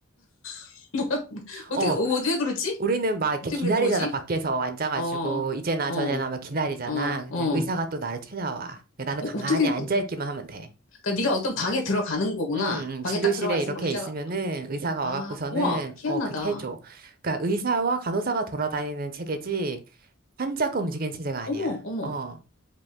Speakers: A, on the left; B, on the right.
A: <laughs> 뭐야? 어떻게,
B: 어,
A: 어, 왜 그러지?
B: 우리는 막 이렇게
A: 어떻게
B: 기다리잖아,
A: 그러는 거지?
B: 밖에서 앉아가지고,
A: 어, 어,
B: 이제나
A: 어,
B: 저제나 막 기다리잖아.
A: 어.
B: 근데 의사가 또 나를 찾아와. 근데 나는
A: 어,
B: 가만히
A: 어떻게,
B: 앉아있기만
A: 그-
B: 하면 돼.
A: 그러니까 네가 어떤 방에 들어가는 거구나.
B: 음,
A: 방에
B: 음, 진료실에
A: 딱 들어가 있으면
B: 이렇게
A: 의자가,
B: 있으면은 의사가
A: 아,
B: 와갖고서는,
A: 와, 희한하다.
B: 어, 그렇게 해줘. 그러니까 의사와 간호사가 돌아다니는 체계지, 환자가 움직이는 체제가 아니야.
A: 어머, 어머.
B: 어.